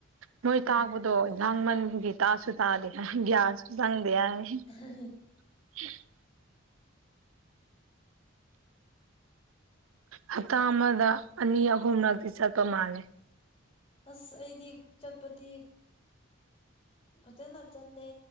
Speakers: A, on the right; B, on the left.
A: ꯃꯣꯏ
B: ꯎꯝ
A: ꯇꯥꯛꯄꯗꯣ ꯂꯥꯡꯃꯟꯕꯒꯤ ꯇꯥꯁꯨ ꯇꯥꯗꯦ ꯍꯥꯏ ꯒ꯭ꯌꯥꯟꯁꯨ ꯆꯪꯗꯦ ꯍꯥꯏ
B: <unintelligible>
A: <unintelligible> ꯍꯞꯇꯥ ꯑꯃꯗ ꯑꯅꯤ ꯑꯍꯨꯝꯂꯛꯇꯤ ꯆꯠꯄ ꯃꯥꯜꯂꯦ
B: ꯑꯁ ꯑꯩꯗꯤ ꯆꯠꯄꯗꯤ ꯐꯖꯅ ꯆꯠꯂꯦ